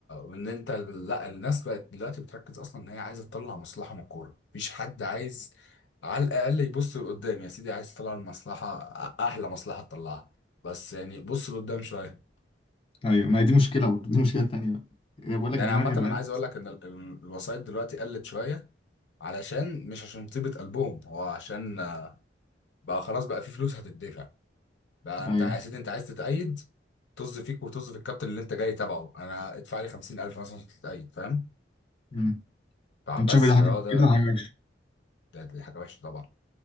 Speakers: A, on the left (about 75°); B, on the left (about 30°).
A: وان انت لا الناس بقت دلوقتي بتركز اصلا ان هي عايزه تطلع مصلحه من الكوره مفيش حد عايز على الاقل يبص لقدام يا سيدي عايز تطلع المصلحه أ- احلى مصلحه تطلعها بس يعني بص لقدام شويه
B: ايوه ما هي دي مشكله برضه دي مشكله تانية بقى يعني بقول
A: يعني
B: لك دماغ
A: عامه
B: اللعيب
A: انا عايز اقول لك ان ال- ال- الوسائط دلوقتي قلت شويه علشان مش عشان طيبه قلبهم هو عشان بقى خلاص بقى في فلوس هتدفع بقى انت
B: ايوه
A: يا سيدي انت عايز تتأيد طز فيك وطز في الكابتن اللي انت جاي تبعه انا ادفع لي 50000 مثلا عشان تتأيد فاهم
B: امم
A: فبس
B: انت شايف إيه ده
A: فهو
B: حاجه
A: ده
B: كده حاجه وحشه
A: ده- دي حاجة وحشة طبعا